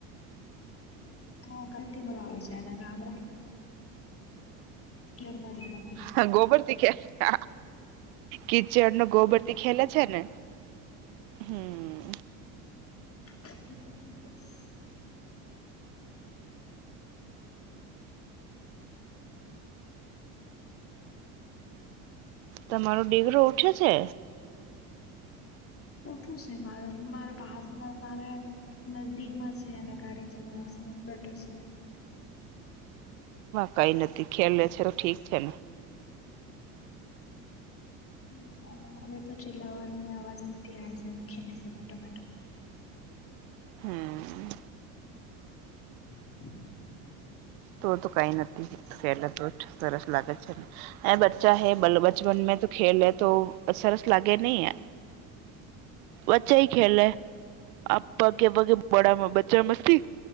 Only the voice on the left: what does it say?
હા કતીમ હો છે <unintelligible>
<inaudible>
ઉઠું છે મારે મારા ભાસ મારે નજદીકમાં છે અને ગાડી ચલાવે છે બેઠો છે
<inaudible> હવે તો ચીલા વર ની અવાજ નથી આ છે ને ખેલે છે બેઠો બેઠો
<inaudible>